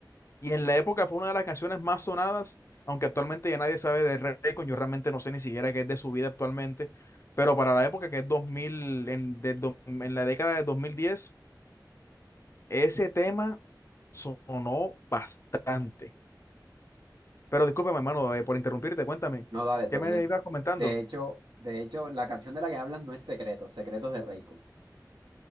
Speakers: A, on the left; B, on the right.
A: Y en la época fue una de las canciones más sonadas, aunque actualmente ya nadie sabe de Raycon, yo realmente no sé ni siquiera qué es de su vida actualmente, pero para la época que es 2000 en, de do- en la década de 2010 ese tema sonó bastante. Pero discúlpame, hermano, eh, por interrumpirte, cuéntame,
B: No, dale, todo
A: ¿qué me
B: bien.
A: ibas comentando?
B: De hecho, de hecho, la canción de la que hablas no es Secretos, Secretos de Raycon.